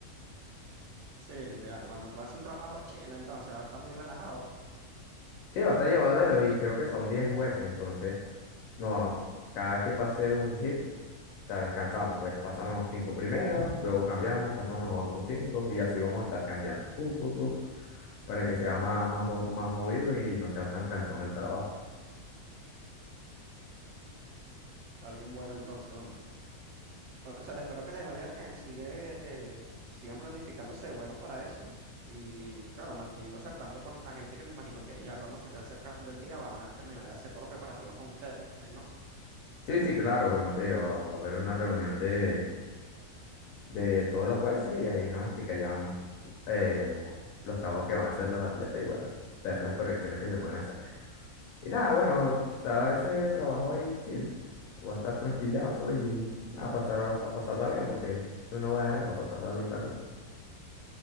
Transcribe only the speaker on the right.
Sí, literal, van a, va a hacer un trabajo chile entonces, va a estar muy relajado.
Está bien bueno entonces, ¿no? Cónchale, espero que les vaya bien. Sigue, eh, sigan planificándose de bueno para eso. Y claro, manteniéndose al tanto con la gente que me imagino que ya cuando se esté acercando el día van a terminar de hacer todos los preparativos con ustedes, ¿no?